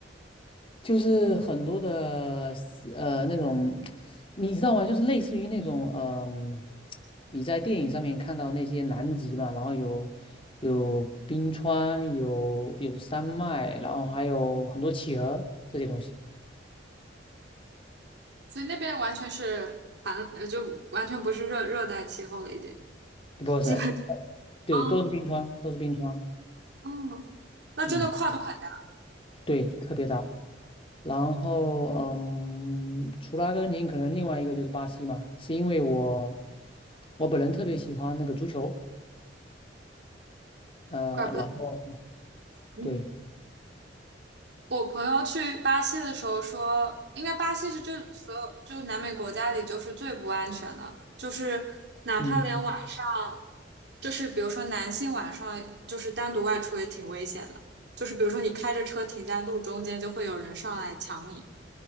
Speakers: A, on the left; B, on the right.
A: 就是很多的呃那种，你知道吗？就是类似于那种嗯、你在电影上面看到那些南极嘛，然后有有冰川，有有山脉，然后还有很多企鹅这些东西，
B: 所以那边完全是寒，呃就完全不是热热带气候了，已经。
A: 不是，
B: 基本
A: 对，
B: 啊
A: 都是冰川，都是冰川，
B: 嗯，那真的跨度很大，
A: 嗯，对，特别大。然后嗯，除了阿根廷，可能另外一个就是巴西嘛，是因为我我本人特别喜欢那个足球，呃，
B: 怪不得。
A: 然后
B: 嗯
A: 对。
B: 我朋友去巴西的时候说，应该巴西是就所有就南美国家里就是最不安全的，就是哪怕连晚上，
A: 嗯
B: 就是比如说男性晚上就是单独外出也挺危险的，就是比如说你开着车停在路中间，就会有人上来抢你。